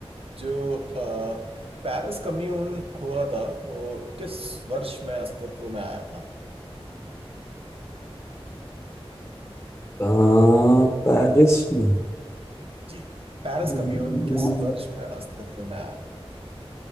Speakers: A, on the right (about 65°); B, on the left (about 20°).
A: जो अ, पेरिस कम्यून हुआ था वो किस वर्ष में अस्तित्व में आया था
B: अ, पेरिस में
A: जी पेरिस
B: हम्म,
A: कम्यून किस वर्ष में अस्तित्व में आया था